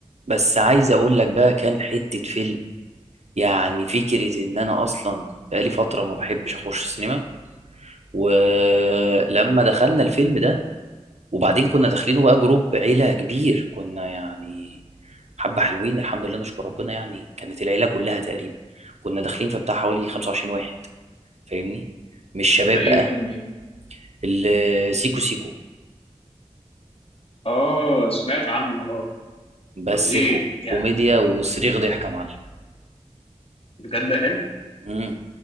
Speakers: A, on the right; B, on the left.
A: بس عايز اقول لك بقى كان حتة فيلم يعني فكرة ان انا اصلا كنت بقالي فترة ما بحبش اخش السينما ولما دخلنا الفيلم ده وبعدين كنا داخلينه بقى جروب عيلة كبير كنا يعني حبة حلوين الحمد لله نشكر ربنا يعني كانت العيلة كلها تقريبا كنا داخلين في بتاع حوالي 25 واحد فاهمني مش شباب
B: ده ايه
A: بقى
B: فيلم ايه؟
A: ال- سيكو سيكو
B: اه سمعت عنه اه
A: بس
B: طب ايه
A: كو
B: يعني
A: كوميديا وصريخ ضحك يا معلم
B: بجد حلو
A: مم.